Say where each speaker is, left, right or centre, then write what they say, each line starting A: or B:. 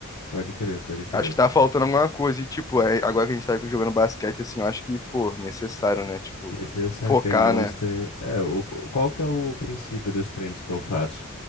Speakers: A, on the left; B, on the left.
A: Pode crer, pode crer.
B: acho que tá faltando alguma coisa. E, tipo, é, agora que a gente tá jogando basquete, assim, eu acho que, pô, necessário, né? Tipo,
A: Necessário
B: focar,
A: treinar
B: né?
A: os treinos. É, o, qual que é o princípio dos treinos que eu faço?